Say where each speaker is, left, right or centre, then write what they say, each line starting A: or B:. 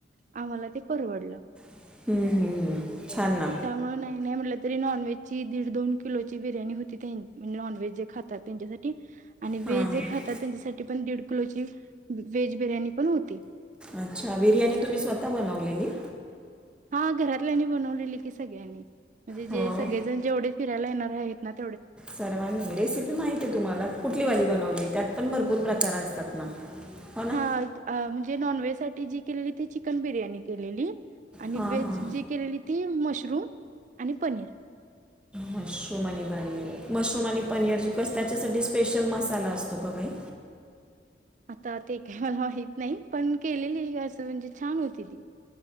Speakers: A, on the right; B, in the centre.
A: आम्हाला ते परवडलं.
B: हम्म हम्म हम्म. छान ना
A: त्यामुळे नाही नाही म्हनलं -- तरी नॉनव्हेज ची दीड दोन किलो ची बिर्याणी होती त्या म्हणजे नॉनव्हेज जे खातात त्यांच्यासाठी -- आणि
B: हां
A: व्हेज जे
B: हां
A: खातात त्यांच्यासाठी पण दीड -- दीड किलोची व्हेज बिर्याणी पण होती.
B: अच्छा बिर्याणी तुम्ही स्वतः बनवलेली?
A: हा घरातल्यांनी बनवलेली की सगळ्यांनी. म्हणजे जे
B: हो
A: सगळेजण जेवढे फिरायला येणार -- जे आहेत नात --
B: सर्वांनी रेसिपी माहित हाय तुम्हाला कुठली वाली बनवली. त्यात पण भरपूर प्रकार असतात ना? हो ना
A: हा हा म्हणजे नॉनव्हेज -- साठी जी केलीली ती चिकन बिर्याणी केलेली -- आणि
B: हां
A: व्हेज
B: हां
A: जी केलेली ती तीन मशरूम आणि पनीर --
B: मशरूम आणि पनीर, मशरूम आणि पनीर ज कस त्याच्यासाठी -- स्पेशल मसाला असतो का काही?
A: आता ते काही माहित नाही पण केलेली असं म्हणजे छान होती ती.